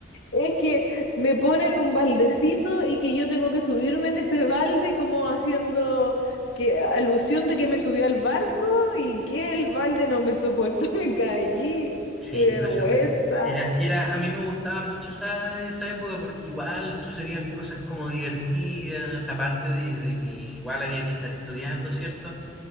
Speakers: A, on the left; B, in the centre.
A: Es que me ponen un baldecito y que yo tengo que subirme en ese balde como haciendo que alusión de que me subí al barco y que el balde no me soportó, <laughs> me caí.
B: Sí,
A: ¡Qué vergüenza!
B: fue súper. Era, era, a mí me gustaba mucho esa, esa época porque igual sucedían cosas como divertidas, aparte de, de que igual había que estar estudiando, ¿cierto?